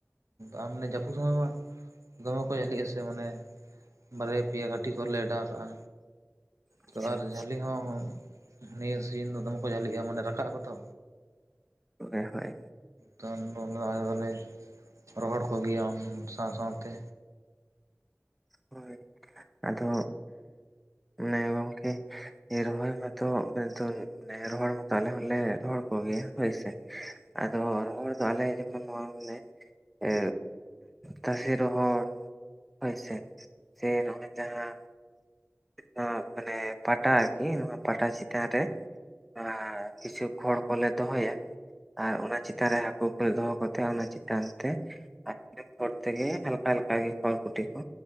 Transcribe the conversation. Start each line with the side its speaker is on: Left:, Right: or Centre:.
Right: ᱟᱨ ᱢᱟᱱᱮ ᱡᱟᱹᱯᱩᱫ ᱥᱚᱢᱚᱭ ᱢᱟ ᱫᱚᱢᱮ ᱠᱚ ᱡᱷᱟᱹᱞᱤᱜ-ᱟ ᱥᱮ ᱢᱟᱱᱮ ᱵᱟᱨᱭᱟ ᱯᱮᱭᱟ ᱜᱷᱟᱹᱴᱤ ᱠᱚᱨᱮᱞᱮ ᱟᱰᱟᱣ ᱠᱟᱜ-ᱟ᱾
Centre: ᱟᱪᱪᱷᱟ
Right: ᱛᱚ ᱟᱨ
Centre: ᱟᱪᱪᱷᱟ
Right: ᱡᱷᱟᱹᱞᱤ ᱦᱚᱸ ᱱᱤᱭᱟᱹ ᱥᱤᱡᱤᱱ ᱫᱚ ᱫᱚᱢᱮ ᱠᱚ ᱡᱷᱟᱹᱞᱤᱜᱼᱟ। ᱢᱟᱱᱮ ᱨᱟᱠᱟᱵ ᱟᱠᱚ ᱛᱚ?
Centre: ᱦᱳᱭ ᱦᱳᱭ᱾
Right: ᱛᱚ <unintelligible> ᱟᱞᱮ ᱫᱚᱞᱮ ᱨᱚᱦᱚᱲ ᱠᱚᱜᱮᱭᱟ ᱩᱱ ᱥᱟᱶ ᱥᱟᱶᱛᱮ᱾
Centre: ᱦᱳᱭ। ᱟᱫᱚ ᱢᱚᱱᱮ ᱜᱚᱝᱠᱮ ᱼᱼ ᱨᱚᱦᱚᱭ ᱢᱟᱛᱚ <unintelligible> ᱨᱚᱦᱚᱲ ᱢᱟᱛᱚ ᱟᱞᱮ ᱦᱚᱸᱞᱮ ᱨᱚᱦᱚᱲ ᱠᱚᱜᱮᱭᱟ। ᱦᱳᱭ ᱥᱮ? ᱟᱫᱚ ᱨᱚᱲ ᱫᱚ ᱟᱞᱮ ᱡᱮᱢᱚᱱ ᱱᱚᱣᱟ ᱢᱟᱱᱮ ᱮ ᱛᱟᱥᱮ ᱨᱚᱦᱚᱲ, ᱦᱳᱭ ᱥᱮ? ᱥᱮ ᱱᱚᱜᱼᱚᱭ ᱡᱟᱦᱟᱸ, ᱱᱚᱣᱟ ᱢᱟᱱᱮ ᱯᱟᱴᱟ ᱟᱨᱠᱤ ᱱᱚᱣᱟ ᱯᱟᱴᱟ ᱪᱮᱛᱟᱱ ᱨᱮ ᱾ ᱮᱸ ᱦᱤᱥᱟᱹᱵᱽ ᱠᱷᱚᱲ ᱠᱚᱞᱮ ᱫᱚᱦᱚᱭᱟ ᱾ ᱟᱨ ᱚᱱᱟ ᱪᱮᱛᱟᱱ ᱨᱮ ᱦᱟᱹᱠᱩ ᱠᱚ ᱫᱚᱦᱚ ᱠᱟᱛᱮ, ᱚᱱᱟ ᱪᱮᱛᱟᱱ ᱛᱮ ᱼᱼ <unintelligible> ᱛᱮᱜᱮ ᱦᱟᱞᱠᱟ ᱦᱟᱞᱠᱟ ᱜᱮ ᱠᱷᱚᱭ ᱠᱩᱴᱷᱤ ᱠᱚ